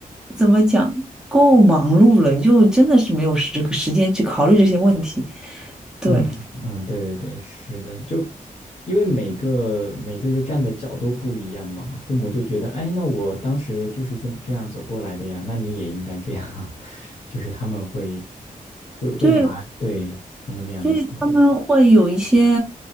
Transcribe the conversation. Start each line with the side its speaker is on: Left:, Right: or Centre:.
Centre: 怎么讲，够忙碌了，就真的是没有时这个时间去考虑这些问题，对
Left: 嗯嗯，对对对，是的，就因为每个每个人站的角度不一样嘛，父母就觉得，哎，那我当时就是这么这样走过来的呀，那你也应该这样，<laughs> 就是他们会会会拿对他们那样的思维。
Centre: 对。所以他们会有一些，